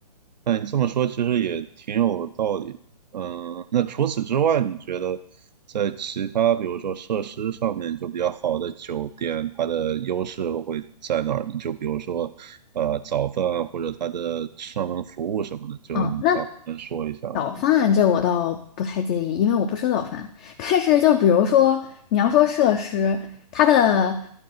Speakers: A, on the right; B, on the left.
A: 那你这么说其实也挺有道理。嗯，那除此之外，你觉得在其他比如说设施上面就比较好的酒店，它的优势会在哪儿呢？就比如说呃早饭啊，或者它的上门服务什么的，就你好能说一下吗？
B: 嗯，那早饭这我倒不太介意，因为我不吃早饭。<laughs> 但是就比如说你要说设施，它的